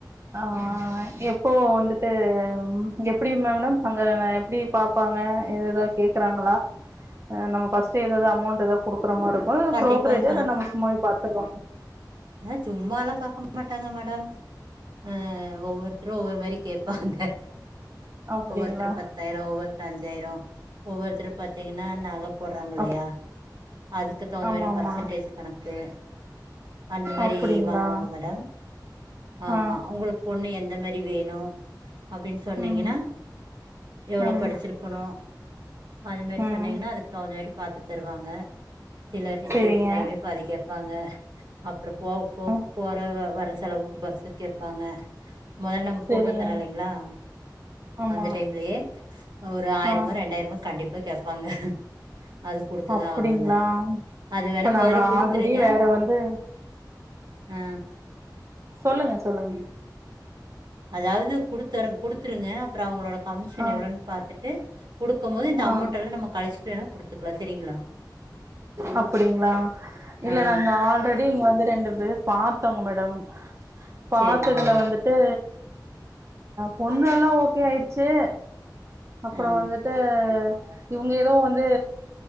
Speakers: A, on the right; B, on the right.
A: ஆ எப்போ வந்துட்டு ம் எப்டி மேடம் அங்க நா எப்டி பார்ப்பாங்க எதுன கேக்றாங்களா நம்ம ஃபர்ஸ்டே ஏதாவது அமௌண்ட் ஏதாவது குடுக்கற மாறி இருக் ஆ
B: கண்டிப்பாங்க
A: புரோக்ரே வெச்சு நாம சும்மாவே பாத்துக்லா
B: ஏ சும்மால்லா பாக்க மாட்டாங்க மேடம் ஆ ஒவ்வொருத்தரு ஒவ்வொரு மாரி கேப் ப்பாங்க
A: அப்டிங்களா
B: ஒவ்வொருத்தர் பத்தாயிரோ ஒவ்வொ அஞ்சாயிரோ ஒவ்வொருத்தர் பாத்தீங்கனா நக போடுறாங்க இல்லையா
A: அப்
B: அதுக்கு தகுந்த
A: ஆமா
B: மாறி
A: ஆமா
B: பர்சன்டேஜ் கணக்கு அந்தமாறி
A: அப்டிங்களா
B: வாங்குவாங்க மேடம் ஆமா
A: ஆ
B: உங்குளுக்கு பொண்ணு எந்த மாரி வேணு அப்டின்னு சொன்னீங்கனா
A: ம்
B: எவ்ளோ
A: ம்
B: படிச்சிருக் க்குணு அதுமேரி
A: ம்
B: சொன்னீங்னா அதுக்கு தகுந்த மாரி பாத்து தருவாங்க சிலர் நிச்சயத்து
A: சேரிங்க
B: டைமே பாதி கேப்பாங்க அப்றோ போவ போ
A: ம்
B: போற வர செலவுக்கு பஸ்ஸுக்கு கேப்பாங்க முதல்ல நம்ம
A: சேரிங்க
B: போட்டோ தரோ இல்லைங்களா
A: ஆமா
B: அந்த டைம்லயே ஒரு ஆயிரமோ
A: ஆ
B: ரெண்டாயிரமோ கண்டிப்பா கேப்பாங்க அது குடுத்துதா
A: அப்டிங்களா
B: ஆகணுங்க அது வேணா
A: இப்ப
B: மொதல்ல
A: நாங்க
B: குடுத்துருங்க
A: ஆல்ரெடி வேற வந்து
B: ம்
A: சொல்லுங்க சொல்லுங்க
B: அதாவது குடுத்தர குடுத்துருங்க அப்றோ அவுங்ளோட கமிஷன்
A: ஆ
B: எவ்ளோனு பார்த்துட்டு குடுக்கும் போது இந்த
A: ஆ
B: அமௌண்ட் எல்லா நம்ம கழிச்சுட்டு வேணா குடுத்துக்கலா சரிங்களா
A: அப்டிங்களா இல்ல
B: ஆ
A: நாங்க ஆல்ரெடி இங்க வந்து ரெண்டு பாத்தோங்க மேடம் பாத்ததுல
B: சேரிங் மேடம்
A: வந்துட் டு பொண்ணு எல்லா ஓகே ஆயிருச்சு அப்புற
B: ஆ
A: வந்துட்டு ட்டு இவங்க எதுவு வந்து